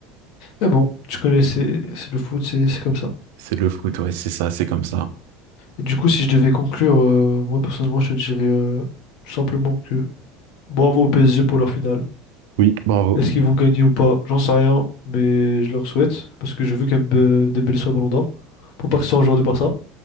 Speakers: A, on the left; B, on the right.
A: Mais bon, tu connais, c'est c'est le foot, c'est c'est comme ça.
B: C'est le foot, ouais, c'est ça, c'est comme ça.
A: Et du coup, si je devais conclure, euh, moi personnellement, je te dirais euh, tout simplement que bravo au PSG pour leur finale.
B: Oui, bravo.
A: Est-ce qu'ils vont gagner ou pas? J'en sais rien, mais je leur souhaite parce que je veux quand même euh, Dembélé soit Ballon d'Or pour pas que ce soit un joueur de Barça.